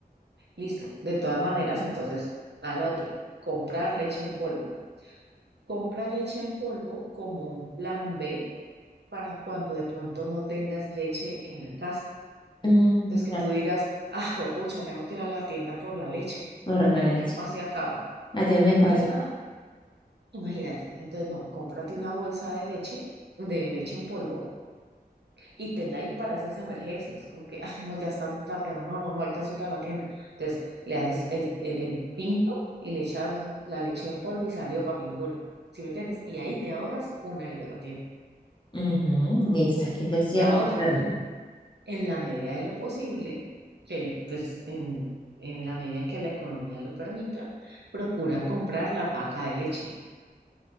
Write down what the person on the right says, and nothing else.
listo. De todas maneras, entonces, anote, comprar leche en polvo. Compra leche en polvo como un plan B para cuando de pronto no tengas leche en la casa.
Entonces que
tú digas, ah, juepucha tengo que ir a la tienda por la leche,
porque
es
lo que más se acaba.
Entonces,
nada. Imagínate, entonces no, cómprate una bolsa de leche, de leche en polvo, y tenla ahí para esas emergencias, como que, ah, no, ya está muy tarde, o no, no, no alcanzo a ir a la tienda. Entonces le haces el, el, el pinto y le echas la leche en polvo y salió para pintura, ¿sí me entiendes? Y ahí te ahorras una ida a la tienda.
La
otra, en la medida de lo posible, que el- pues en, en la medida en que la economía lo permita, procura comprar la paca de leche,